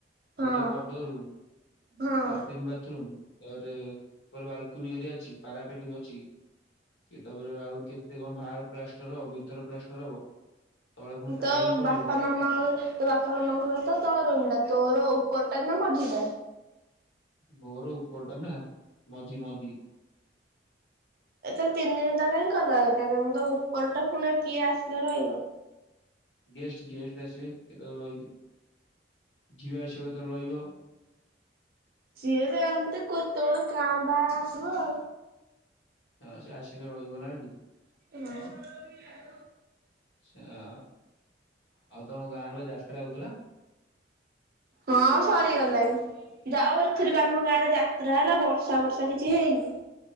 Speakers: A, on the right (about 55°); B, on the left (about 80°).
A: ହଁ
B: ଗୋଟେ ବଡ ରୁମ,
A: ହଁ।
B: Latrine bathroom. ତାପରେ ଉପରେ ବାଲକୁନି ଏରିଆ ଅଛି, ପାରାପେଟି ବି ଅଛି। ସିଏ ତାପରେ ଆହୁରି କେତେ କଣ ବାହାର ପ୍ଲାଷ୍ଟର ହବ ଭିତର ପ୍ଲାଷ୍ଟର ହବ। ତଳେ ପୁଣି ଟାଇଲି
A: ତୋ
B: ପଡିବ।
A: ବାପା ତୋ ବାପା ମାମାଙ୍କର ତ ତଳ ରୁମ୍ ଟା। ତୋର ଉପରଟା ନା ମଝିଟା?
B: ମୋର ଉପର ଟା ନା ମଝି ମଝି।
A: ଏ ତ ତିନି ଦିନ ଦର କାଇଁ କଲ, ଉପର ଟା ପୁଣି କିଏ ଆସିଲେ ରହିବ।
B: ଗେଷ୍ଟ ଗେଷ୍ଟ ଆସିବେ। କେତେବେଳେ ରହିବେ, ଝିଅ ଆସିବ କେତେବେଳେ ରହିବ।
A: ସିଏ ବି ଏମିତି କେତେବେଳେ କାଁ ଭାଂ ଆସିବ ଆଉ।
B: ହଁ ସେ ଆସିଲେ ରହିବ ନା ଏଠି।
A: ହଁ।
B: ଆଚ୍ଛା ଆଉ ତମ ଗାଁରେ ବା ରାସ୍ତାରେ ହଉଥିଲା?
A: ହଁ ସାରି ଗଲାଣି। ଯାଉ ଏଥିର ଆମ ଗାଁ ରେ ଯାତ୍ରା ହେଲା ବର୍ଷା ବର୍ଷା କିଛି ହେଇନି।